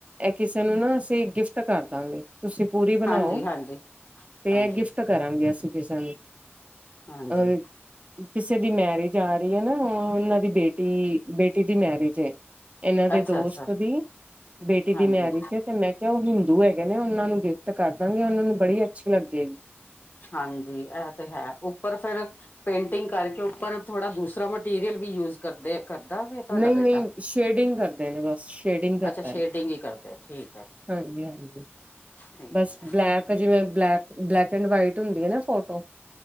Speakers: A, on the right (about 30°); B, on the left (about 45°).
A: ਇਹ ਕਿਸੇ ਨੂੰ ਨਾ ਅਸੀਂ ਗਿਫਟ ਕਰ ਦਾਂਗੇ। ਤੁਸੀਂ ਪੂਰੀ ਬਣਾਓ।
B: ਹਾਂਜੀ ਹਾਂਜੀ
A: ਤੇ
B: ਹਾਂਜੀ
A: ਇਹ ਗਿਫਟ ਕਰਾਂਗੇ ਅਸੀਂ ਕਿਸੇ ਨੂੰ
B: ਹਾਂਜੀ
A: ਅਹ ਕਿਸੇ ਦੀ ਮੈਰਿਜ ਆ ਰਹੀ ਹੈ ਨਾ ਉਹਨਾਂ ਦੀ ਬੇਟੀ ਬੇਟੀ ਦੀ ਮੈਰਿਜ ਹੈ। ਇਹਨਾਂ ਦੇ
B: ਅੱਛਾ-ਅੱਛਾ,
A: ਦੋਸਤ ਦੀ ਬੇਟੀ
B: ਹਾਂਜੀ,
A: ਦੀ ਮੇਰੀ ਏ ਤੇ ਮੈਂ ਕਿਹਾ ਉਹ ਹਿੰਦੂ ਹੈਗੇ ਨੇ ਉਹਨਾਂ ਨੂੰ ਗਿਫਟ ਕਰ ਦਾਂਗੇ ਉਹਨਾਂ ਨੂੰ ਬੜੀ ਅੱਛੀ ਲੱਗੇਗੀ।
B: ਹਾਂਜੀ ਇਹ ਤੇ ਹੈ ਉੱਪਰ ਫਿਰ ਪੇਂਟਿੰਗ ਕਰਕੇ ਉੱਪਰ ਥੋੜਾ ਦੂਸਰਾ ਮਟੀਰੀਅਲ ਵੀ ਯੂਜ ਕਰਦੇ ਆ। ਕਰਦਾ ਫੇ ਤੁਹਾਡਾ
A: ਨਹੀਂ ਨਹੀਂ
B: ਬੇਟਾ
A: ਸ਼ੇਡਿੰਗ ਕਰਦੇ ਨੇ ਬਸ ਸ਼ੇਡਿੰਗ ਕਰਤਾ
B: ਅੱਛਾ ਸ਼ੇਡਿੰਗ
A: ਹੈ
B: ਹੀ ਕਰਦੇ ਠੀਕ ਹੈ।
A: ਹਾਂਜੀ ਹਾਂਜੀ,
B: ਠੀਕ
A: ਬਸ
B: ਹੈ,
A: ਬਲੈਕ ਜਿਵੇਂ ਬਲੈਕ ਬਲੈਕ ਐਂਡ ਵਾਈਟ ਹੁੰਦੀ ਹੈ ਨਾ ਫੋਟੋ।